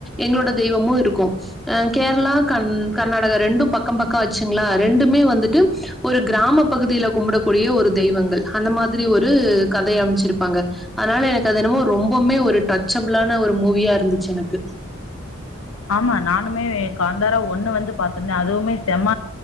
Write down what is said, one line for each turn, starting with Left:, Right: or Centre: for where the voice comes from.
Centre: எங்களோட தெய்வமு இருக் க்கு அ கேரளா கண் கர்நாடகா ரெண்டு பக்க பக்க ஆச்சுங்களா ரெண்டுமே வந்துட்டு ஒரு கிராம பகுதியில கும்முட கூடிய ஒரு தெய்வங்கள் அந்த மாதிரி ஒரு கதைய அம்ச்சிருப்பாங்க அதனால எனக்கு அது என்னமோ ரொம்பொமே ஒரு டச்சபிளான ஒரு மூவியா இருந்துச்சு எனக்கு
Left: ஆமா நானுமே காந்தாரா ஒன்னு வந்து பாத்திருந்தே அதுவுமே செம